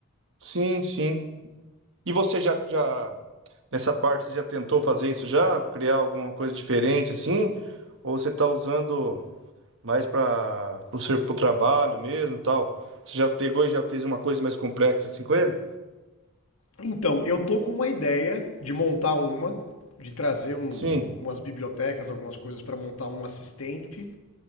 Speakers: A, on the right (about 60°); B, on the left (about 70°).
A: Sim, sim. E você já, já, nessa parte, você já tentou fazer isso já? Criar alguma coisa diferente assim? Ou você está usando mais para o seu pro trabalho mesmo e tal? Você já pegou e já fez uma coisa mais complexa assim com ele?
B: Então, eu tô com uma ideia de montar uma, de trazer uns,
A: Sim.
B: um- umas bibliotecas, algumas coisas para montar um assistente